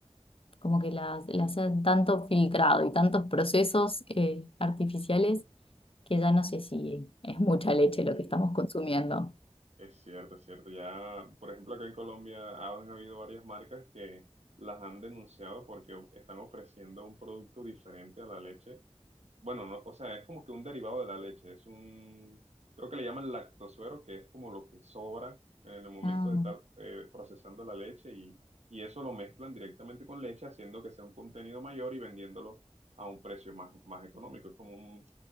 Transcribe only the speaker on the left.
como que la, la hacen tanto filtrado y tantos procesos eh, artificiales que ya no sé si es mucha leche
lo que estamos consumiendo.
Ah,